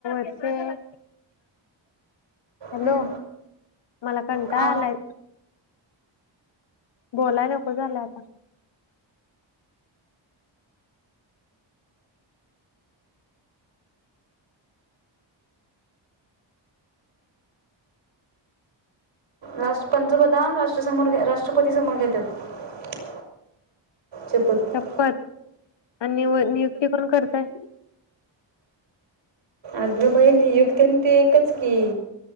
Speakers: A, on the left; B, on the right.
A: ह हॅलो
B: हं,
A: मला कंटाळा
B: हा
A: आलाय. बोलाय नको झालं आता
B: रा पंतप्रधान रासमोर राष्ट्रपती समोर घेतात शपथ
A: शपत आणि नि नियुक्ती कोण करताय
B: आग बाई नियुक्तन ते एकच की